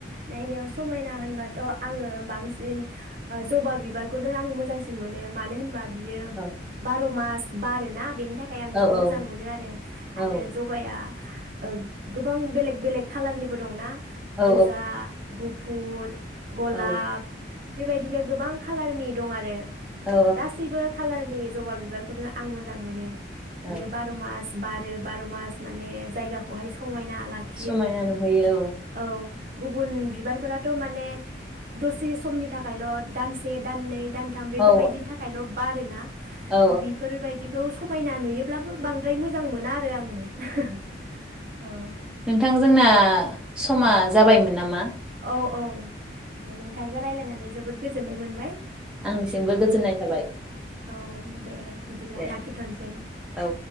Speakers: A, on the right; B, in the centre.
A: नायनायाव समायना होनबाथ' आङो बांसिन ओ जबा बिबारखौनो आं मोजांसिन मोनो, मानो होनबा बियो
B: औ
A: बार' मास बारोना बेनि थाखाय आं
B: औ
A: बेखौ
B: औ
A: मोजां मोनो आरो।
B: औ
A: आरो जबाया ओ गोबां बेलेग बेलेग खालारनिबो दंना?
B: औ
A: गोजा, गुफ फुर, गलाब
B: औ
A: बेबायदिनो गोबां खाालारनि दं आरो।
B: औ
A: ओ गासैबो खालार नि जबा बिबारखौनो आं मोजां मोनो। एयो
B: औ
A: बार' मास बारो। बार' मास माने जायगाखौहाय समायना ला खियो
B: समायना नुहैयो
A: ओ औ गुबुन बिबारफोराथ' माने दसे समनि थाखायल' दानसे दाननै दानथाम बेफोरबायदिनि
B: जों औ
A: थाखायल' बारोना?
B: औ
A: बेफोरबायदिखौ समायना नुयोब्लाबो बां द्राय मोजां मोना आरो आं औ
B: थां जोंना समा जाबायमोन नामा?
A: औ औ औ अ नोंथांजों रायलायनानै जोबोद गोजोननाय मोनबाय।
B: आंनिसिमबो गोजोननाय
A: औ
B: थाबाय
A: औ दे बिदिब्ला
B: दे
A: लाखिथ'नोसै।
B: औ